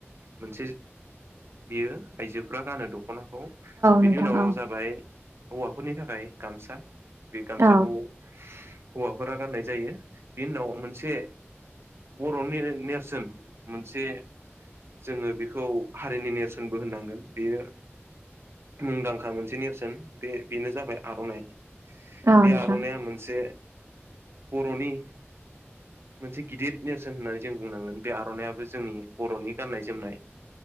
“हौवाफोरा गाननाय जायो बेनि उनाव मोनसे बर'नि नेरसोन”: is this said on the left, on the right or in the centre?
Right